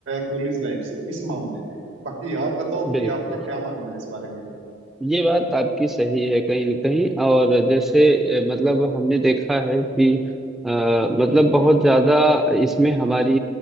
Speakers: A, on the right; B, in the centre.
A: कॉलेज लाइफ से इस मामले में बाकी आप बताओ कि
B: बिल्कुल
A: आपका क्या मानना है इस बारे में
B: ये बात आपकी सही है कहीं न कहीं और
A: हम्म
B: जैसे अ, मतलब हमने देखा है कि अ, मतलब बहुत ज्यादा इसमें हमारी